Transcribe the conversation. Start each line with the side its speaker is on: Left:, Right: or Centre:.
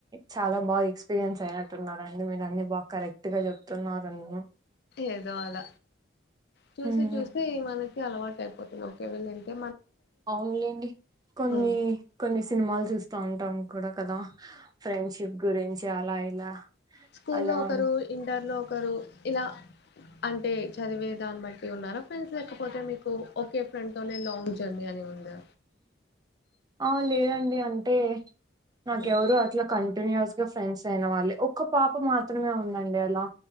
Right: చాలా బాగా ఎక్స్పీ ఎస్పీరిన్స్ అయ్యారు రండి మీరు అన్నీ బాగ కరెక్ట్ గా చెప్ తున్నారంటన
Left: ఏదో అల చూసి
Right: ఉమ్
Left: చూసి మనకి అలవాటు అయిపోతుంది ఒకే వీళ్ళు వెళ్తే
Right: అవునులేండి కొన్ని
Left: ఉమ్.
Right: కొన్ని సినిమాలు చూత్తం ఉం కూడా కదా ఫ్రెండ్షిప్ గురించి అలా ఇలా
Left: స్కూల్
Right: అలా
Left: లో ఒకరు
Right: అని.
Left: ఇంటర్ లో ఒకరు ఇలా అంటే చదివే దాన్ని బట్టి ఉన్నార ఫ్రెండ్స్ లేకపోతే మీకు ఒకే ఫ్రెండ్ తోనే లాంగ్ జర్నీ అని ఉందా
Right: ఆ లేదండి అంటే నాకెవరు
Left: ఉమ్,
Right: అట్ కన్ కంటిన్యూస్ గా ఫ్రెండ్స్ అయిన వాళ్ళే ఒక్క పాప మాత్రమే ఉందండి అలా